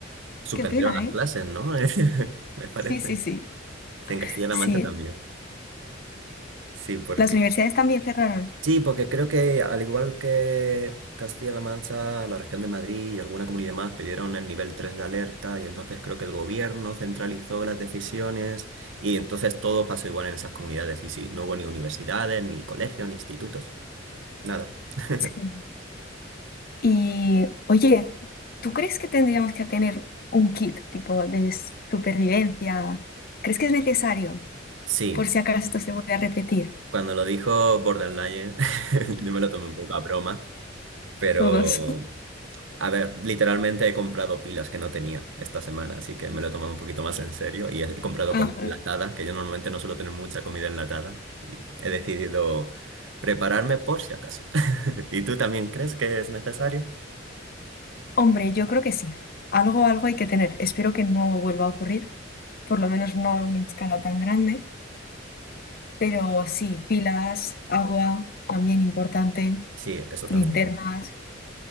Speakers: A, on the right; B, on the left.
A: suspendieron
B: Qué pena,
A: las
B: ¿eh?
A: clases, ¿no? <laughs> Me parece.
B: Sí, sí, sí.
A: Sí, en Castilla-La
B: Sí.
A: Mancha también. Sí, porque
B: Las universidades también cerraron.
A: Sí, porque creo que al igual que Castilla-La Mancha, la región de Madrid y alguna comunidad más pidieron el nivel 3 de alerta y entonces creo que el gobierno centralizó las decisiones y entonces todo pasó igual en esas comunidades y sí, no hubo ni universidades, ni colegios, ni institutos, nada. <laughs>
B: Sí. Y, oye, ¿tú crees que tendríamos que tener un kit tipo de supervivencia? ¿Crees que es necesario
A: Sí,
B: por si acaso esto se vuelve a repetir?
A: cuando lo dijo Borderline, <laughs> yo me lo tomé un poco a broma, pero,
B: Todos. <laughs>
A: A ver, literalmente he comprado pilas que no tenía esta semana, así que me lo he tomado un poquito más en serio y he comprado
B: Ajá.
A: comida enlatada, que yo normalmente no suelo tener mucha comida enlatada. Y he decidido prepararme por si acaso. <laughs> ¿Y tú también crees que es necesario?
B: Hombre, yo creo que sí. Algo, algo hay que tener. Espero que no vuelva a ocurrir, por lo menos no a una escala tan grande, pero sí, pilas, agua, también importante,
A: Sí, eso también.
B: linternas,